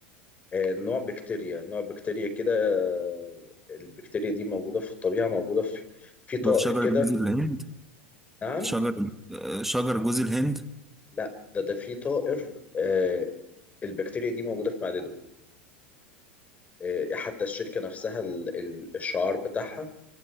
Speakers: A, on the left; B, in the centre.
A: آه، نوع بكتيريا نوع بكتيريا كده آه، البكتيريا دي موجودة في الطبيعة موجودة في في طائر
B: في شجر
A: كده
B: جوز الهند
A: نعم
B: شجر آه، شجر جوز الهند
A: لا ده ده في طائر آه، البكتيريا دي موجودة في معدته آه، حتى الشركة نفسها ال- ال- الشعار بتاعها